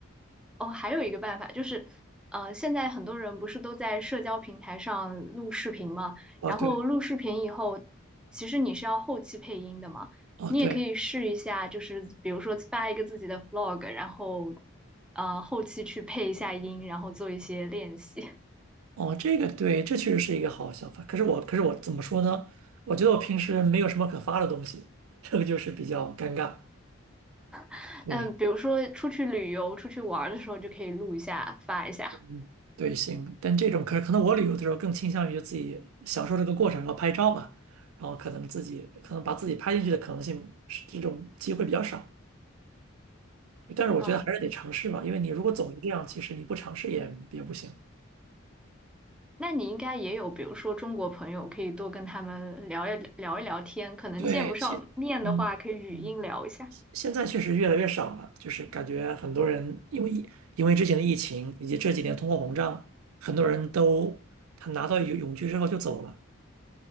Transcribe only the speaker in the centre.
哦，还有一个办法就是，呃，现在很多人不是都在社交平台上录视频嘛，
然后录视频以后，
其实你是要后期配音的嘛，
你也可以试一下，
就是比如说发一个自己的 vlog，然后，呃，后期去配一下音，然后做一些练习。
<laughs>
嗯，比如说出去旅游、出去玩儿的时候就可以录一下，发一下。
嗯。
那你应该也有，比如说中国朋友，可以多跟他们聊一聊一聊天。可能见不上面的话，
可以语音聊一下。